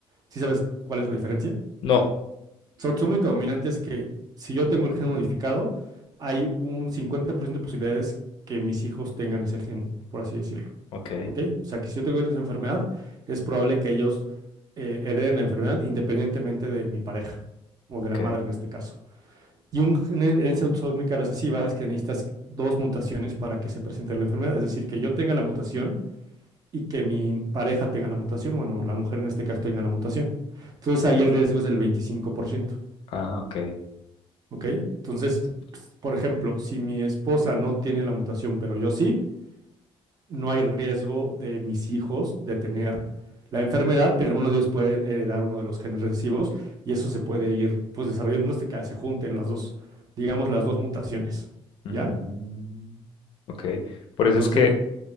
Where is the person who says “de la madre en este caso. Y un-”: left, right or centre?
Right